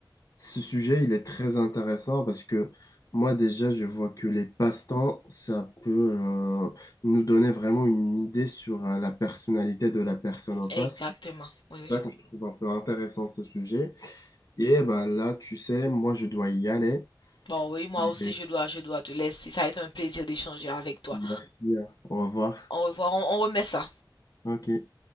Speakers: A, on the left; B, on the left.
A: ce sujet, il est très intéressant parce que moi, déjà, je vois que les passe-temps, ça peut euh, nous donner vraiment une idée sur euh, la personnalité de la personne en
B: Exactement.
A: face.
B: Oui, oui.
A: C'est ça que je trouve un peu intéressant, ce sujet. Et bah là, tu sais, moi, je dois y aller.
B: Bon, oui, moi
A: Et
B: aussi, je dois, je dois te laisser. Ça a été un plaisir d'échanger avec toi.
A: merci. hein. Au revoir.
B: Au revoir, on, on remet ça.
A: Ok.